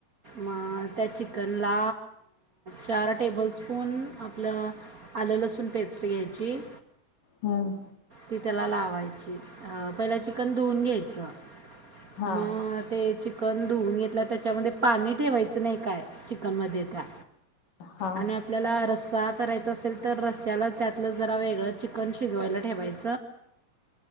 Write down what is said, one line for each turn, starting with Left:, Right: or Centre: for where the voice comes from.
Right: मग त्या चिकनला चार टेबल स्पून आपलं आलं लसूण पेस्ट घ्यायची.
Left: हम्म
Right: ती त्याला लावायची अ पहिला चिकन धुवून घ्यायचं.
Left: हा
Right: म ते चिकन धुवून घेतला त्याच्यामध्ये पाणी ठेवायचं नाही काय चिकनमध्ये त्या
Left: हा
Right: आणि आपल्याला रस करायचं असेल तर रस्स्याला त्यातलं जरा वेगळं चिकन शिजवायला ठेवायचं.